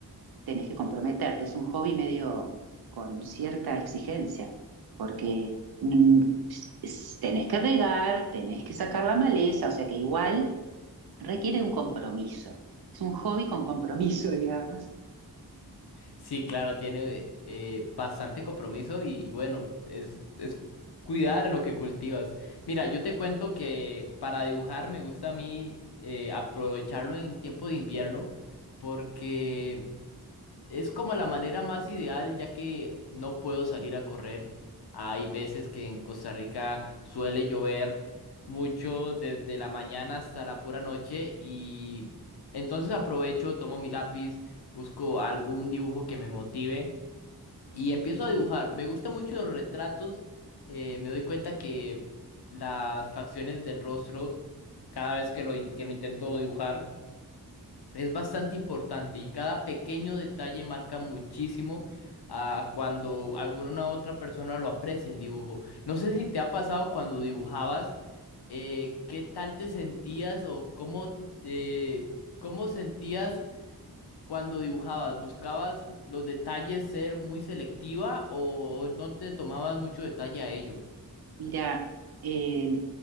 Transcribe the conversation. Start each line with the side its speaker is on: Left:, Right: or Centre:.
Right: tenés que comprometerte. Es un hobby medio con cierta exigencia, porque mm, s- tenés que regar, tenés que sacar la maleza, o sea que igual requiere un compromiso. Es un hobby con compromiso, <laughs> digamos.
Left: Sí, claro, tiene eh, bastante compromiso y, y bueno, es, es cuidar lo que cultivas. Mira, yo te cuento que para dibujar me gusta a mí eh, aprovecharlo en tiempo de invierno porque es como la manera más ideal, ya que no puedo salir a correr. Hay veces que en Costa Rica suele llover mucho desde la mañana hasta la pura noche y entonces aprovecho, tomo mi lápiz, busco algún dibujo que me motive y empiezo a dibujar. Me gusta mucho los retratos, eh, me doy cuenta que las facciones del rostro, cada vez que lo, in- que lo intento dibujar, es bastante importante y cada pequeño detalle marca muchísimo a cuando alguna otra persona lo aprecia el dibujo. No sé si te ha pasado cuando dibujabas, eh, qué tal te sentías o cómo, eh, cómo sentías cuando dibujabas. ¿Buscabas los detalles ser muy selectiva o no te tomabas mucho detalle a ello?
Right: Mira, eh,